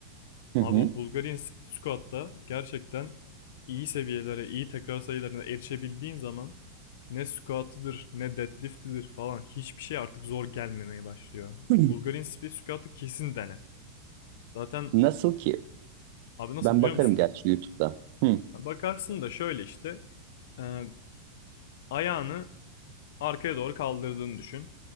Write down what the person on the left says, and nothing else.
Abi
o Bulgarian split squat'ta gerçekten iyi seviyelere, iyi tekrar sayılarına erişebildiğin zaman ne squat'ıdır ne deadlift'idir falan hiçbir şey artık zor gelmemeye başlıyor.
Bulgarian split squat'ı kesin dene. Zaten
abi nasıl
biliyor
musun?
Bakarsın da şöyle işte. Ee, Ayağını arkaya doğru kaldırdığını düşün.